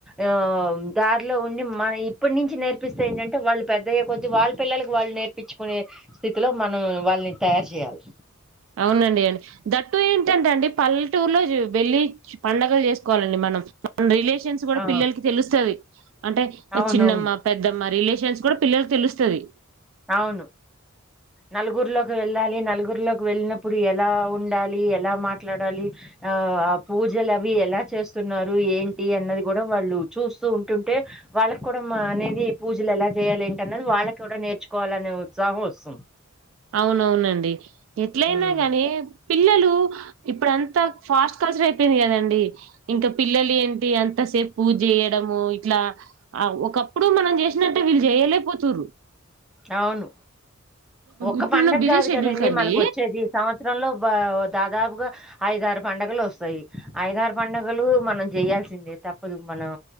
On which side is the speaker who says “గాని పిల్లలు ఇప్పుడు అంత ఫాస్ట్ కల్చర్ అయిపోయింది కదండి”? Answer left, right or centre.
Right